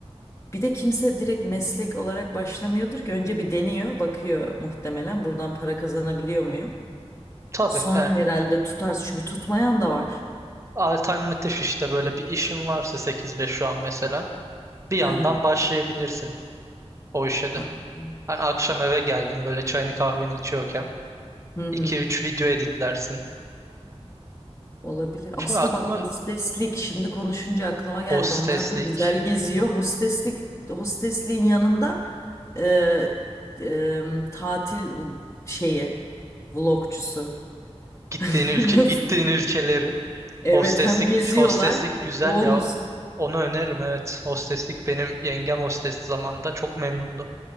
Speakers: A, on the left; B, on the right.
A: Bir de kimse direkt meslek olarak başlamıyordur ki önce bir deniyor, bakıyor muhtemelen buradan para kazanabiliyor muyum?
B: Tabii
A: Sonra
B: yani
A: herhalde tutarız çünkü tutmayan da var.
B: alternatif işte böyle bir işin varsa sekiz beş şu an mesela bir yandan
A: Hı hı.
B: başlayabilirsin o işe
A: Aynen.
B: de. Hani akşam eve geldim böyle çayını kahveni içiyorken
A: Hı hı.
B: iki üç video editlersin.
A: Olabilir.
B: Şimdi
A: Aslında
B: aklıma
A: bak hosteslik şimdi konuşunca aklıma geldi.
B: hosteslik,
A: Onlar da güzel geziyor. Hosteslik hostesliğin yanında e, e, tatil şeyi vlogcusu.
B: gittiğin
A: <laughs>
B: ülke
A: Nasıl?
B: gittiğin ülkeleri
A: Evet
B: hosteslik
A: hem geziyorlar
B: hosteslik güzel
A: bonus.
B: ya. Onu öneririm evet. Hosteslik benim yengem hostesti zamanında çok memnundu.